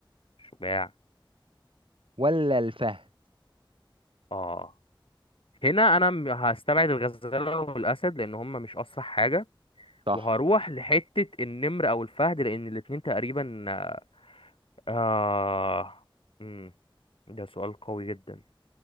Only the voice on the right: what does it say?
ولا الفهد
صح